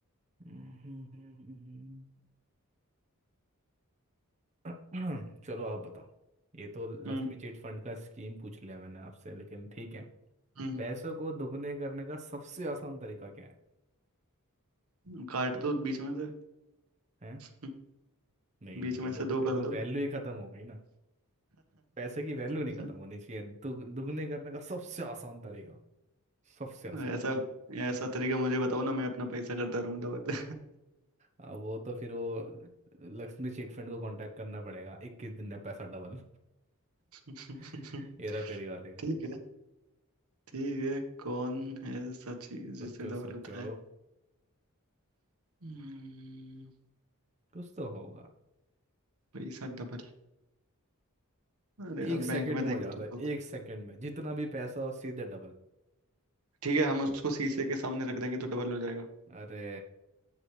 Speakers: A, on the right (about 30°); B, on the right (about 75°).
A: हम्म, हम्म, हम्म, हम्म। <clears throat> चलो आप बताओ ये तो लक्ष्मी
B: हम्म
A: चिट फंड का स्कीम पूछ लिया मैंने आपसे लेकिन ठीक है
B: हम्म
A: पैसों को दुगने करने का सबसे आसान तरीका क्या है
B: हम्म, काट दो बीच में से
A: हैं
B: हम्म,
A: नहीं
B: बीच
A: नहीं ये
B: में से
A: तो
B: दो कर
A: ये तो
B: दो
A: वैल्यू ही खत्म हो गई ना पैसे की वैल्यू नहीं
B: <laughs>
A: खत्म होनी चाहिए दुग, दुगने करने का सबसे आसान तरीका सबसे आसान
B: ऐसा ऐसा तरीका मुझे बताओ ना मैं अपना पैसा करता रहूं डबल
A: अब वो तो फिर वो लक्ष्मी चिट फंड को कांटेक्ट करना पड़ेगा इक्कीस दिन में पैसा डबल
B: <laughs>
A: <laughs> हेरा फेरी वाले का
B: ठीक ठीक है कौन है ऐसा चीज
A: सोचो
B: जिससे डबल
A: सोचो
B: होता है हम्म,
A: कुछ तो होगा
B: पैसा डबल अरे यार
A: एक सेकंड
B: बैंक में
A: में
B: देंगे
A: हो जाता
B: तो
A: है
B: होगा
A: एक सेकंड में जितना भी पैसा हो सीधे डबल
B: ठीक है हम उसको शीशे के सामने रख देंगे तो डबल हो जाएगा
A: अरे